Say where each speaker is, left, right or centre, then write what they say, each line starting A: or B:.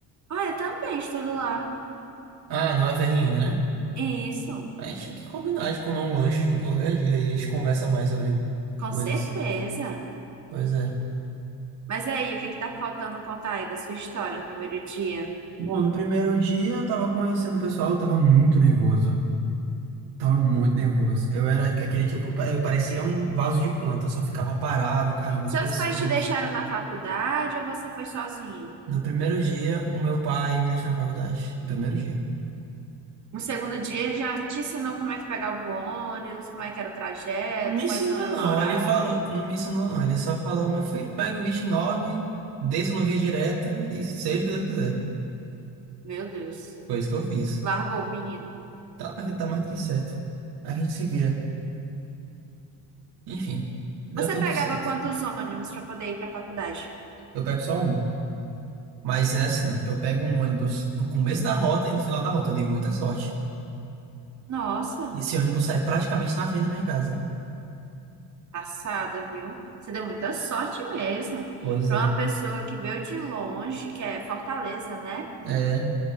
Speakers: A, on the right; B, on the right.
A: Ah, eu também estudo lá.
B: Ah, não, FRN, né?
A: Isso,
B: A gente tinha que combinar de comer um lanche junto qualquer dia e a gente conversa mais sobre
A: com
B: coisas.
A: certeza.
B: Pois é.
A: Mas aí, o que que tá faltando contar aí da sua história no primeiro dia?
B: Bom, no primeiro dia eu tava conhecendo o pessoal, eu tava muito nervoso. Tava muito nervoso. Eu era aquele tipo, eu parecia um vaso de planta, eu só ficava parado, encarando
A: Seus
B: as pessoas.
A: pais te deixaram na faculdade ou você foi sozinho?
B: No primeiro dia, o meu pai me deixou na faculdade. No primeiro dia.
A: No segundo dia, ele já te ensinou como é que pegava o ônibus, como é que era o trajeto,
B: Me ensinou
A: quais eram os
B: não,
A: horários.
B: ele falou, não me ensinou não, ele só falou, meu filho, pega o vinte e nove desça no via direta e seja o que Deus quiser.
A: Meu Deus,
B: Foi isso que eu fiz.
A: largou o menino.
B: Tá, mas tá mais do que certo. A gente se vira. Enfim, deu
A: Você
B: tudo
A: pegava
B: certo.
A: quantos ônibus para poder ir para a faculdade?
B: Eu pego só um. Mas é assim, eu pego um ônibus no começo da rota e no final da rota. Eu dei muita sorte.
A: Nossa,
B: E esse ônibus sai praticamente na frente da minha casa.
A: passada, viu? Você deu muita sorte mesmo.
B: Pois
A: Para
B: é.
A: uma pessoa que veio de longe, que é Fortaleza, né?
B: É.